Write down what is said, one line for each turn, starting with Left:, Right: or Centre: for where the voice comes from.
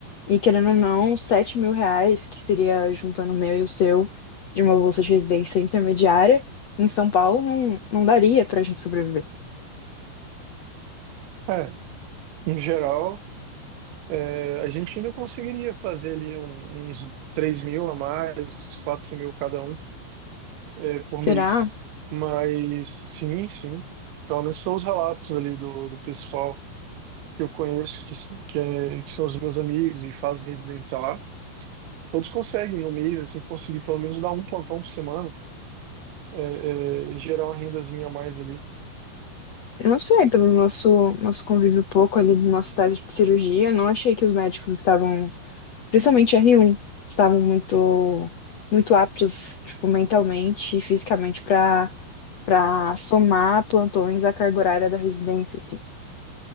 Left: E querendo ou não, sete mil reais, que seria juntando o meu e o seu, de uma bolsa de residência intermediária, em São Paulo, não, não daria pra gente sobreviver.
Right: É, em geral, é, a gente ainda conseguiria fazer ali um- uns três mil a mais, quatro mil cada um. é, por mês.
Left: Será?
Right: Mas sim, sim. Pelo menos pelos relatos ali do, do pessoal que eu conheço, que, s- que, é- que são os meus amigos e fazem residência lá, todos conseguem no mês, assim, conseguir pelo menos dar um plantão por semana, é, é, e gerar uma rendazinha a mais ali.
Left: Eu não sei, pelo nosso, nosso convívio pouco ali do nosso estágio de cirurgia, eu não achei que os médicos estavam, principalmente r um estavam muito, muito aptos, tipo, mentalmente e fisicamente para para somar plantões à carga horária da residência, assim.